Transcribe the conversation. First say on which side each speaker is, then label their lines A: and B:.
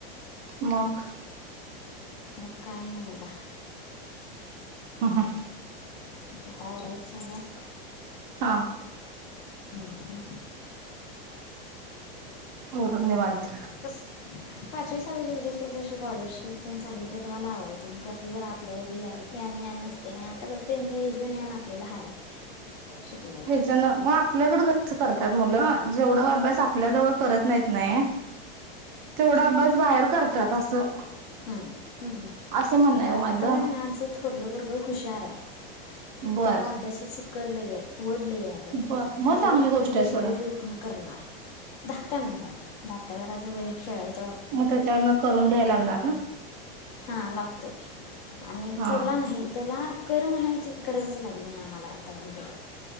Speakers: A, on the right; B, on the left.
A: मग
B: मग काय नाही बघा.
A: ह हा
B: आता आवरायच चालूय
A: हा
B: हम
A: आवरून निवांत
B: कस पाचवी सावी ल ते कशी स्कॉलरशिप तेन चालू होते तेव्हा लावायचं मग त्यातलं जरा आपल्याला बि ग्या- ज्ञान नसतय ना ताच त्यांचे हे ज ज्ञान आपल्याला आहे. शिकलेलं
A: ह्याच्या ना मग आपल्याकड कस करत मुलं जेवढं अभ्यास आपल्या जवळ करत नाहीत नाही तेवढा अभ्यास बाहेर करत त्यात असं
B: हम्म हम् कसय
A: असं म्हणणं आहे ओ माझं
B: सांगा आमचं थोरलं पोरगं हुशाराय
A: बर
B: तेला अभ्यासाच अक्कल लईये. वढ लईये अभ्यासाची
A: बर मग
B: राहिला
A: चांगली गोष्ट
B: तर दुसऱ्या
A: आहे सोडा
B: दिवशी उठून करणार. धाकटा नाही सोडा धाकटा जरा असं वैर खेळाळच.
A: मग त्याच्यावरन करून घ्यायला लागणार ना.
B: हा लागतोय. आणि
A: हा
B: थोरला नाही त्याला कर म्हणायची गरजच लागत.